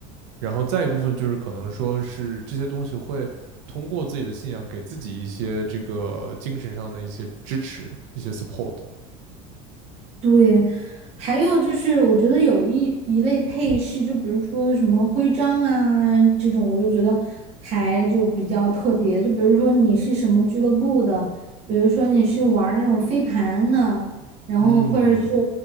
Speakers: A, on the right (about 70°); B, on the right (about 35°).
A: 然后再一部分就是可能说是这些东西会通过自己的信仰给自己一些这个精神上的一些支持，一些 support。
B: 对，还有就是，我觉得有一一类配饰，就比如说什么徽章啊这种，我就觉得还就比较特别。就比如说你是什么俱乐部的，比如说你是玩儿那种飞盘的，然后或者是
A: 嗯，